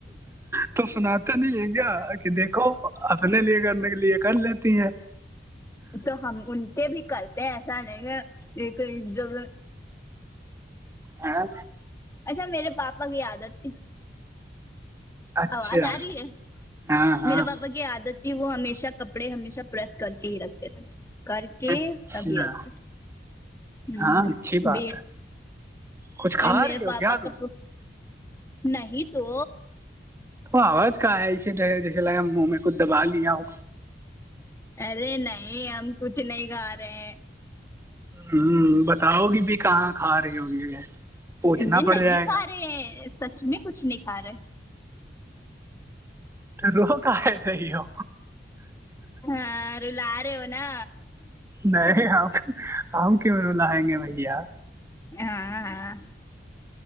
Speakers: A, on the right (about 15°); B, on the left (about 15°).
A: تم سناتے نہیں ہے کیا کہ دیکھو اپنے لیے کرنے کے لیے کر لیتی ہے
B: تو ہم ان کے بھی کرتے ہیں ایسا نہیں ہے لیکن جب
A: ہاں
B: اچھا میرے پاپا کی عادت تھی
A: اچھا
B: آواز آرہی ہے
A: ہاں ہاں
B: میرے باب پا کی عادت تھی وہ ہمیشہ کپڑے ہمیشہ پریس کر کے ہی رکھتے تھے کر کے
A: اچھا
B: تبھی رکھ ہوں
A: ہاں اچھی بات
B: ب
A: ہے کچھ کھا
B: ا میرے
A: رہی ہو
B: پاپا
A: کیا تم
B: کا پ نہیں تو
A: تو آواز کا ہے اسی طے جیسے لگا ہم منہ میں کچھ دبا لیا ہو
B: ارے نہیں ہم کچھ نہیں کھا رہے ہیں
A: ہوں بتاؤ گی بھی کہاں کھا رہی ہوگی یہ پوچھنا
B: نہیں
A: پڑ
B: نہیں
A: جائے
B: کھا
A: گا
B: رہے سچ میں کچھ نہیں کھا رہے
A: تو رو کہے رہی ہو
B: ہا رلا رہے ہونا
A: نہیں ہم ہم کیوں رولائیں گے بھیا
B: ہاں ہاں